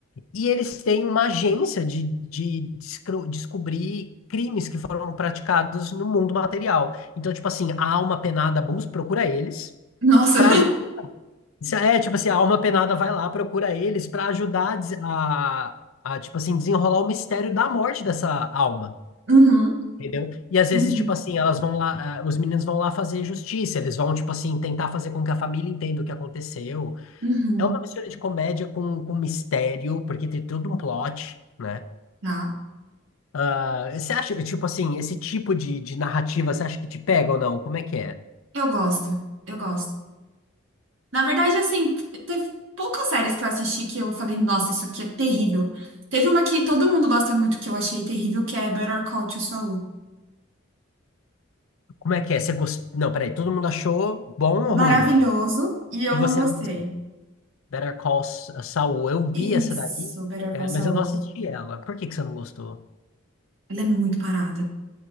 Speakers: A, on the left; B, on the right.
A: E eles têm uma agência de, de descro- descobrir crimes que foram praticados no mundo material. Então, tipo assim, a alma penada Bus procura eles
B: Nossa,
A: para ajudar. É, tipo assim, a alma penada vai lá, procura eles para ajudar a, des- a, a, tipo assim, desenrolar o mistério da morte dessa alma.
B: <laughs> uhum,
A: Entendeu? E às vezes,
B: uhum,
A: tipo assim, elas vão lá, eh, os meninos vão lá fazer justiça, eles vão, tipo assim, tentar fazer com que a família entenda o que aconteceu.
B: uhum.
A: É uma mistura de comédia com, com mistério, porque tem todo um plot, né?
B: Tá,
A: Ah, você acha, tipo assim, esse tipo de, de narrativa, você acha que te pega ou não? Como é que é?
B: eu gosto, eu gosto. Na verdade, assim, teve poucas séries que eu assisti que eu falei, nossa, isso aqui é terrível. Teve uma que todo mundo gosta muito que eu achei terrível, que é Better Call Saul.
A: Como é que é? Você gost... Não, peraí, todo mundo achou bom
B: maravilhoso
A: ou ruim?
B: e eu
A: E você
B: não gostei.
A: não gostou? Better Call Saul, eu vi
B: Isso,
A: essa daí,
B: Better
A: é,
B: Call Saul.
A: mas eu não assisti ela. Por que que você não gostou?
B: Ela é muito parada.